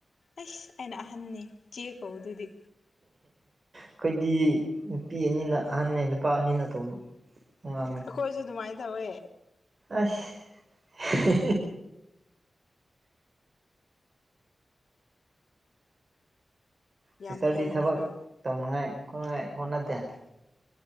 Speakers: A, on the left; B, on the right.
A: ꯑꯩꯁ ꯑꯩꯅ ꯑꯍꯟꯅꯤ ꯆꯦ ꯀꯧ ꯑꯗꯨꯗꯤ
B: ꯑꯩꯈꯣꯏꯗꯤ ꯅꯨꯄꯤ ꯑꯅꯤꯅ ꯑꯍꯟꯅꯦ ꯅꯨꯄꯥ ꯑꯅꯤꯅ ꯑꯇꯣꯝ ꯑꯉꯥꯡꯅꯦ
A: ꯈꯣꯏꯁꯨ ꯑꯗꯨꯃꯥꯏ ꯇꯧꯋꯦ
B: ꯑꯁ <unintelligible> ꯁꯤꯁꯇꯔꯗꯤ
A: ꯌꯥꯝ ꯍꯩꯅꯒ
B: ꯊꯕꯛ ꯇꯧꯅꯉꯥꯏ ꯈꯣꯠꯅꯉꯥꯏ ꯍꯣꯠꯅꯗꯦ